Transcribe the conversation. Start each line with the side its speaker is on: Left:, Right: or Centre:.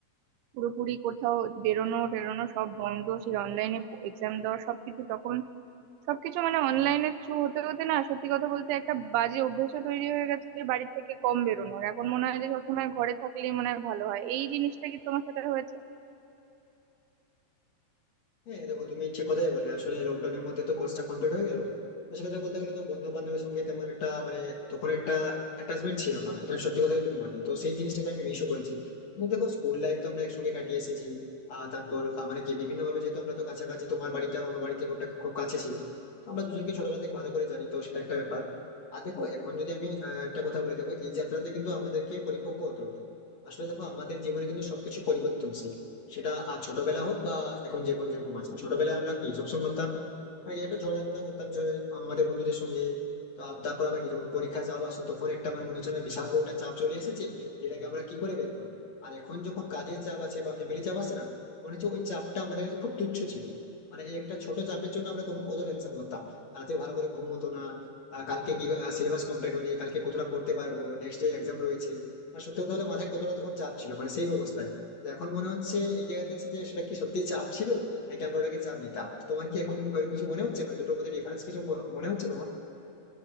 Right: পুরোপুরি কোথাও বেরোনো টেরোনো সব বন্ধ সেই অনলাইনে এক্সাম দেওয়া সবকিছু তখন সবকিছু মানে অনলাইনের থ্রু হতে হতে না সত্যি কথা বলতে একটা বাজে অভ্যেসও তৈরি হয়ে গেছে যে বাড়ি থেকে কম বেরোনোর এখন মনে হয় যে সবসময় ঘরে থাকলেই মনে হয় ভালো হয় এই জিনিসটা কি তোমার সাথে হয়েছে
Left: হ্যাঁ দেখো তুমি ঠিক কথাই বললে আসলে লকডাউনের মধ্যে তো কোর্সটা কমপ্লিট হয়ে গেল তো সেক্ষেত্রে বলতে গেলে তো বন্ধু বান্ধবের সঙ্গে তেমন একটা মানে তখন একটা অ্যাটাচমেন্ট ছিল না এটা সত্যি কথাই তুমি বললে তো সেই জিনিসটাকে আমি মিসও করেছি কিন্তু দেখো স্কুল লাইফ তো আমরা একসঙ্গে কাটিয়ে এসেছি আর তারপর আহ, মানে কি বিভিন্ন ভাবে যেহেতু আমরা তো কাছাকাছি তোমার বাড়িটাও আমার বাড়ি থেকে খুব একটা- খুব কাছে ছিল তো আমরা দুজনকে ছোটবেলা থেকে ভালো করে জানি তো সেটা একটা ব্যাপার আর দেখো এখন যদি আমি আহ, একটা কথা বলি দেখো এই যাত্রাতে কিন্তু আমাদেরকে পরিপক্ক হতে হবে আসলে দেখো আমাদের জীবনে কিন্তু সবকিছু পরিবর্তনশীল সেটা আর ছোটবেলা হোক বা এখন যে কোন যেরকম আছে ছোটবেলায় আমরা কি সবসময় করতাম মানে একটু ঝোড়াঝোড়া করতাম যে আমাদের বন্ধুদের সঙ্গে তা- তারপর আবার কি যখন পরীক্ষা চাপ আসতো তখন একটা আমার মনে হচ্ছে না বিশাল বড় একটা চাপ চলে এসেছে যেটাকে আমরা কি করে বের করবো আর এখন যখন কাজের চাপ আছে বা ফ্যামিলি চাপ আছে না মনে হচ্ছে ওই চাপটা আমাদের কাছে খুব তুচ্ছ ছিল মানে এই একটা ছোট চাপের জন্য আমরা তখন কত টেনশন করতাম রাতে ভালো করে ঘুম হতো না আহ, কালকে কি সিলেবাস কমপ্লিট হয়নি কালকে কতটা পড়তে পারবো নেক্সট ডে এক্সাম রয়েছে আর সত্যি কথা হলো মাথায় কতটা তখন চাপ ছিল মানে সেই অবস্থায় তো এখন মনে হচ্ছে এই জায়গাতে এসে যে সেটা কি সত্যি চাপ ছিল নাকি আমরা ওটাকে চাপ নিতাম তোমার কি এখন ওইরকম কিছু মনে হচ্ছে মানে দুটোর মধ্যে ডিফারেন্স কিছু ব- মনে হচ্ছে তোমার